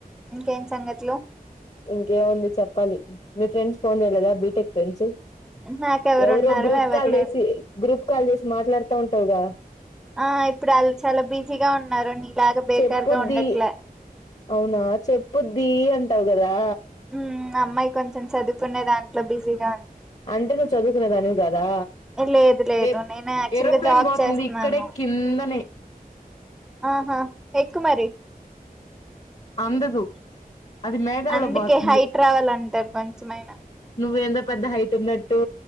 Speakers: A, in the centre; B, on the left.
A: ఇంకేం సంగతులు
B: ఇంకేముంది చెప్పాలి మీ ఫ్రెండ్స్ ఫోన్ చేయలేదా బీటెక్ ఫ్రెండ్స్
A: నాకెవరున్నారు
B: ఎవరో గ్రూప్
A: ఎవరు
B: కాల్
A: లేరు
B: చేసి గ్రూప్ కాల్ చేసి మాట్లాడుతా ఉంటావుగా
A: ఆ ఇప్పుడు వాళ్ళు చాలా బిజీగా ఉన్నారు నీలాగా బేకార్గా
B: చెప్పుద్ది
A: ఉండట్లే
B: అవునా చెప్పుద్ది అంటావు కదా
A: హ్మ్ అమ్మాయి కొంచెం చదువుకునే దాంట్లో బిజీగా ఉంది
B: అంటే నువ్వు చదువుకునేదానివి కదా
A: లేదు లేదు
B: ఏ
A: నేను యాక్చువల్
B: ఏరోప్లేన్
A: గా జాబ్
B: బోతుంది
A: చేస్తున్నాను
B: ఇక్కడే కిందనే
A: ఆహా ఎక్కు మరి
B: అందదు అది మేఘాలో
A: అందుకే
B: బోతుంది
A: హైట్ రావాలంటారు కొంచెమైనా
B: నువ్వేందో పెద్ద హైట్ ఉన్నట్టు